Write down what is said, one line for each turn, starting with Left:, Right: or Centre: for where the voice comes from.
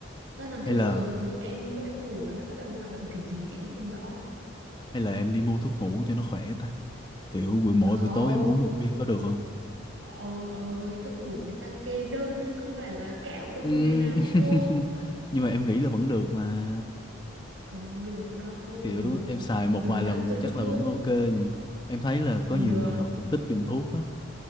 Right: nó làm theo
Left: hay là
Right: giờ mà ví dụ em lúc em ngủ là nó bắt đầu hoạt động kiểu gì chị cũng không rõ
Left: hay là em đi mua thuốc ngủ cho nó khỏe ta kiểu buổi mỗi
Right: không
Left: buổi tối em uống một viên có được không
Right: Ông ơi, thuốc ngủ người ta kê đơn chứ có phải là kẹo đâu
Left: Ừm,
Right: mà ngày nào ông
Left: <laughs>
Right: uống.
Left: nhưng mà em nghĩ là vẫn được mà
Right: Không được đâu,
Left: kiểu
Right: đừng
Left: em xài một
Right: đừng
Left: vài
Right: lạm
Left: lần
Right: dụng
Left: chắc
Right: thuốc.
Left: là vẫn ok gì em thấy là có
Right: Không
Left: nhiều
Right: được,
Left: người họ cũng thích dùng thuốc á